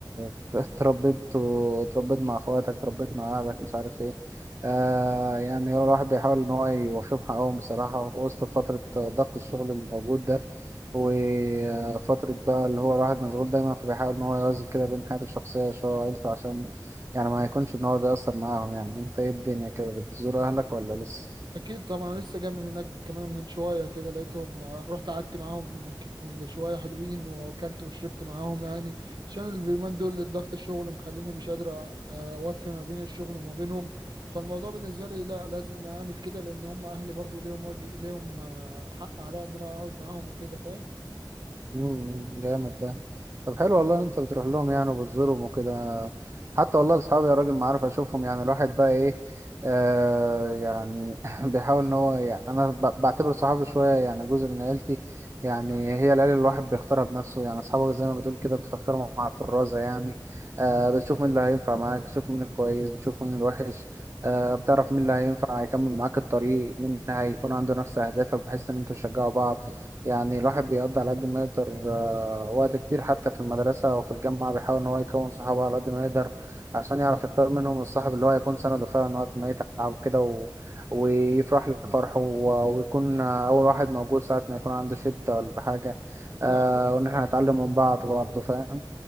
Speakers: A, on the right; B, on the right.
A: <laughs> اتربيت واتربيت مع اخواتك اتربيت مع اهلك مش عارف ايه آه يعني هو الواحد بيحاول ان هو يوفيهم حقهم بصراحه في وسط فتره ضغط الشغل اللي موجود ده وفترة بقى اللي هو الواحد مشغول دايما فبيحاول إن هو يوازن كده بين حياته الشخصية شوية وعيلته عشان يعني ما يكونش إن هو بيأثر معاهم يعني أنت إيه الدنيا كده بتزور أهلك ولا لسه؟
B: اكيد طبعا لسه جاي من هناك كمان من شوية كده لقيتهم آه، رحت قعدت معاهم كت- شوية حلوين واكلت وشربت معاهم يعني عشان اليومين دول ضغط الشغل مخليني مش قادر ا- اوفي ما بين الشغل وما بينهم فالموضوع بالنسبة لي لا لازم اعمل كده لان هم اهلي برضو ليهم واجب ليهم آه، حق عليا ان انا اقعد معاهم وكده فاهم
A: مم، جامد ده طب حلو والله ان انت بتروح لهم يعني وبتزورهم وكده حتى والله اصحابي يا راجل ما عارف اشوفهم يعني الواحد بقى ايه آه يعني <laughs> بيحاول ان هو يعني انا ب- بعتبر صحابي شويه يعني جزء من عيلتي يعني هي العيله اللي الواحد بيختارها بنفسه يعني اصحابك زي ما بتقول كده بتختارهم مع الفرازه يعني آه بتشوف مين اللي هينفع معاك بتشوف مين الكويس بتشوف مين الوحش آه بتعرف مين اللي هينفع هيكمل معاك الطريق مين هيكون عنده نفس اهدافك بحيث ان انتوا تشجعوا بعض يعني الواحد بيقضي على قد ما يقدر آه، وقت كتير حتى في المدرسة أو في الجامعة بيحاول إن هو يكون صحابه على قد ما يقدر عشان يعرف يختار منهم الصاحب اللي هو يكون سنده فعلا وقت ما يتعب كده و... ويفرح لفرحه و... ويكون آه، أول واحد موجود ساعة ما يكون عنده شدة ولا حاجة آه
B: يا عم ب...
A: وإن إحنا نتعلم من بعض برضه فاهم